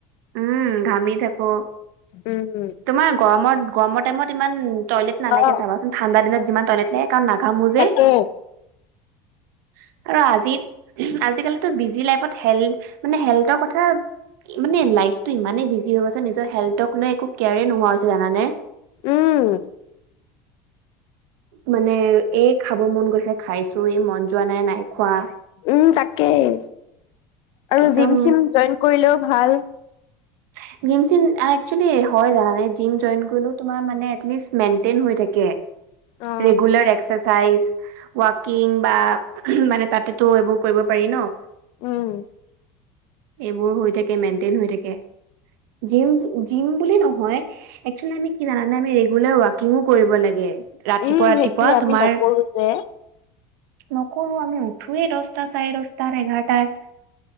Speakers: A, on the right (about 75°); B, on the left (about 55°).
A: উম ঘামি থাকো
B: উম
A: তোমাৰ গৰমত গৰমৰ টাইমত ইমান টয়লেট নালাগে
B: অ
A: চাবাচোন ঠাণ্ডা দিনত যিমান টয়লেট লাগে কাৰণ নাঘামো যে।
B: তাকে
A: <unintelligible> আৰু আজি আজিকালি টো বিজি লাইফত হেল মানে হেল্থৰ কথা মানে লাইফতটো ইমানেই বিজি হৈ গৈছে নিজৰ হেল্থক লৈ একো কেয়াৰে নোহোৱা হৈছে, জানা নে?
B: উম
A: মানে এ খাব মন গৈছে খাইছো ই মন যোৱা নাই নাই খোৱা।
B: উম তাকেই আৰু
A: একদম
B: জিম চিম জইন কৰিলেও ভাল।
A: <unintelligible> জিম চিম একচুৱেলী হয় জানা নে জিম জইন কৰিলো তোমাৰ মানে এট লিষ্ট মেইনটেইন হয় থাকে।
B: অ
A: ৰেগুলাৰ এক্সাই চাইচ ৱাকিং বা মানে তাতেতো এইবোৰ কৰিব পাৰি ন।
B: উম।
A: এইবোৰ হৈ থাকে মেইনটেইন হৈ থাকে। জিম জিম বুলি নহয় একচেল আমি কি জানানে আমি ৰেগুলাৰ ৱাকিংৱো কৰিব লাগে। ৰাতিপুৱা
B: উম
A: ৰাতিপুৱা
B: সেইটোয়ে আমি
A: তোমাৰ
B: নকৰো যে
A: নকৰো আমি উঠোৱেই ৰাস্তা চাই ৰাস্তাৰ এঘাৰটাত।